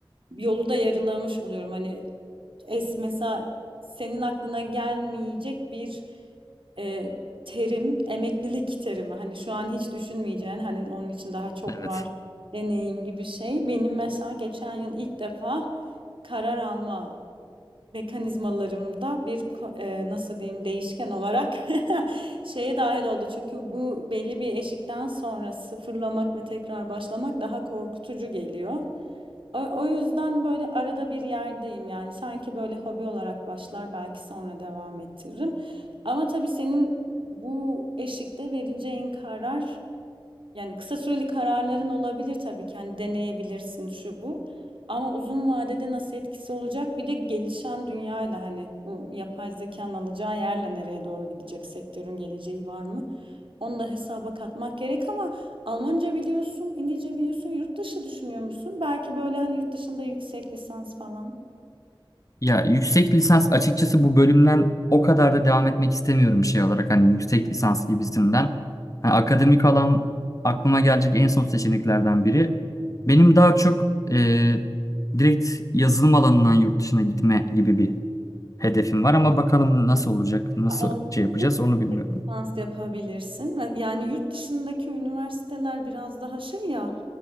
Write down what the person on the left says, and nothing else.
Evet.
Ya yüksek lisans açıkçası bu bölümden o kadar da devam etmek istemiyorum şey olarak hani yüksek lisans gibisinden. Ha, akademik alan aklıma gelecek en son seçeneklerden biri. Benim daha çok e, direkt yazılım alanından yurt dışına gitme gibi bir hedefim var ama bakalım nasıl olacak, nasıl
şey yapacağız onu bilmiyorum.